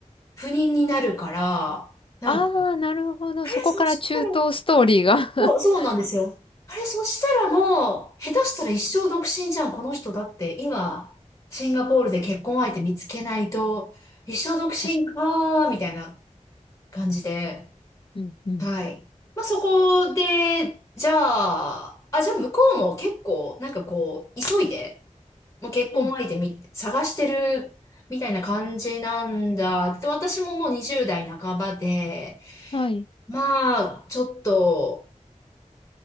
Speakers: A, on the left; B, on the left.
A: 赴任になるから、なんか、
B: ああ、なるほど。
A: あれ、
B: そこから中東ストーリーが
A: そしたら、
B: <laughs>
A: そう、そうなんですよ。あれ、そしたらもう、下手したら一生独身じゃん、この人だって。今、シンガポールで結婚相手見つけないと、一生独身かー、
B: 確かに。
A: みたいな感じで。
B: うん、うん。
A: はい。まあ、そこで、じゃあ、あ、じゃあ向こうも結構、なんかこう、急いで、もう結婚相手み、
B: うん。
A: 探してる、みたいな感じなんだ。で、私ももう20代半ばで、
B: はい。
A: まあ、ちょっと、